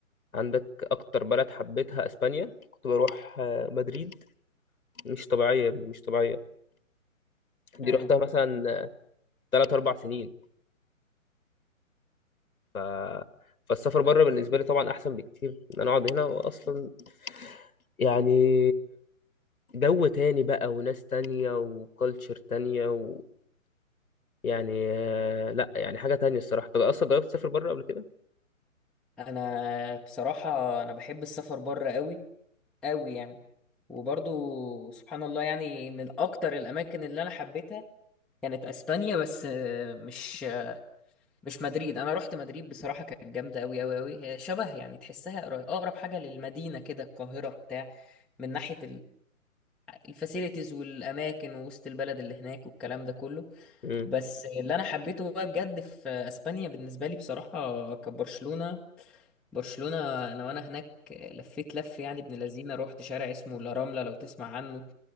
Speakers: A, on the left; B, in the centre.
A: عندك اكتر بلد حبيتها اسبانيا كنت بروح آه، مدريد مش طبيعيه يا ابني، مش طبيعيه دي
B: امم
A: رحتها مثلا 3 4 سنين ف... فالسفر بره بالنسبه لي طبعا احسن بكتير ان انا اقعد هنا واصلا يعني جو تاني بقى وناس تانية وكالتشر تانية و... يعني آه، لا يعني حاجه تانية الصراحه طب اصلا جربت تسافر بره قبل كده
B: انا بصراحة انا بحب السفر بره قوي قوي يعني وبرضو سبحان الله يعني من اكتر الاماكن اللي انا حبيتها كانت اسبانيا بس آه، مش مش مدريد انا رحت مدريد بصراحه كانت جامده قوي قوي قوي هي شبه يعني تحسها قر- اقرب حاجه للمدينه كده القاهره بتاع من ناحيه الفاسيلتيز والاماكن ووسط البلد اللي هناك والكلام ده كله
A: امم
B: بس اللي انا حبيته بقى بجد في اسبانيا بالنسبه لي بصراحه كانت برشلونه برشلونه انا وانا هناك لفيت لف يعني ابن لذينه رحت شارع اسمه لا راملا لو تسمع عنه